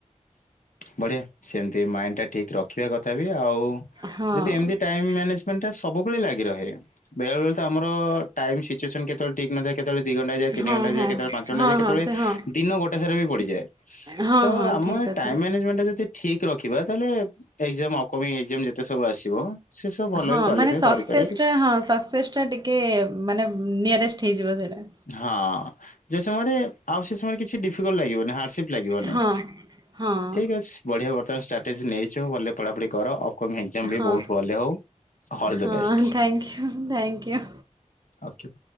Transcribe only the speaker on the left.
ବଢିଆ ସେମିତି ମାଇଣ୍ଡ ଟା ଠିକ ରଖିବା କଥା ବି ଆଉ
ଯଦି ଏମତି- ଟାଇମ ମ୍ୟାନେଜମେଣ୍ଟ ଟା ସବୁବେଳେ ଲାଗି ରହେ ବେଳେ ବେଳେ ତ ଆମର ଟାଇମ ସିଚୁଏସନ କେତେବେ ଠିକ ନଥାଏ କେତବେଳେ ଦି ଘଣ୍ଟା ଯାଏ
ନି ଘଣ୍ଟା
ଯାଏ କେତେଳେ ପାଞ୍ଚ ଘଣ୍ଟା
ଯାଏ କେତେବେଳେ
ଦିନ ଗୋଟ ସାର ବି ପଡିଯାଏ।
ତ
ଆମେ
ଟାଇ ମାନେଜମେଣ୍ଟା ଯଦି ଠିକ ରଖିବା ତାହେଲେ ଏକ୍ସାମ୍ ଅପ୍ କମିଂ ଏକ୍ସାମ ଯେତେ ସବୁ ଆସିବ। ସେ ସବୁ ଭଲ
ବି କ୍ୱାଲିଫାଏ
କରିପାରିବା କିଛି
ହଁ ଯେ ସମୟରେ ଆଉ ସେ ସମୟରେ କିଛି ଡିଫିକଲଟ ଲାଗିବନି ହାର୍ଡସିପ ଲାଗିବନି।
ଠିକ୍ ଅଛି ବଢିଆ ବର୍ତ୍ତମାନ ଷ୍ଟ୍ରାଟେଜି ନେଇଚୁ ଭଲ ରେ ପଢାପଢି କର ଅପକମିଙ୍ଗ ଏକଜାମ ବି
ବହୁତ ଭଲ ହଉ। ଅଲ୍ ଦ
ବେଷ୍ଟ
ଓ କେ